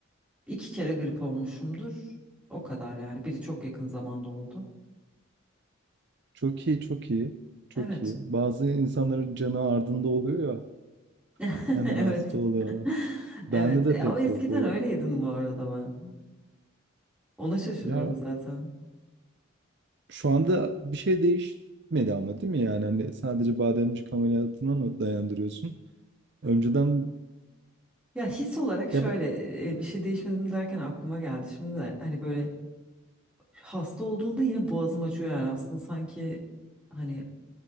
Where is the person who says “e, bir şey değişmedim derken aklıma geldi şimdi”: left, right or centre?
Centre